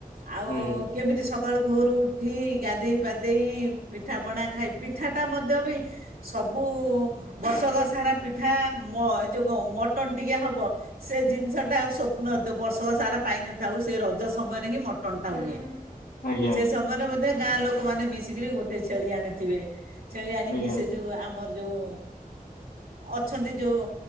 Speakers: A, on the right; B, on the left.
A: ଆଉ
B: ଆଜ୍ଞା
A: କେମିତି ସକାଳୁ ଭୋର୍ ରୁ ଉଠିକି ଗାଧେଇ ପାଧେଇ ପିଠା ପଣା ଖାଇ। ପିଠାଟା ମଧ୍ୟ ବି ସବୁ ବର୍ଷକ ସାରା ପିଠା ମ୍ ଏ ଯୋଉ ମଟନ୍ ଟିକେ ହବ। ସେ ଜିନିଷ ଟା ସ୍ୱପ୍ନ ଥିବ। ବର୍ଷକ ସାରା ପାଇ ନଥାଉ ସେ ରଜ ସମୟରେ ହିଁ ମଟନ୍ ଟା ହୁଏ।
B: ଆଜ୍ଞା
A: ସେ ସମୟରେ ମଧ୍ୟ ଗାଁ ଲୋକମାନେ ମିଶିକିରି ଗୋଟେ ଛେଳି ଆଣିଥିବେ। ଛେଳି ଆଣିକି
B: ଆଜ୍ଞା
A: ସେ ଯୋଉ ଆମର ଯୋଉ ଅଛନ୍ତି ଯୋଉ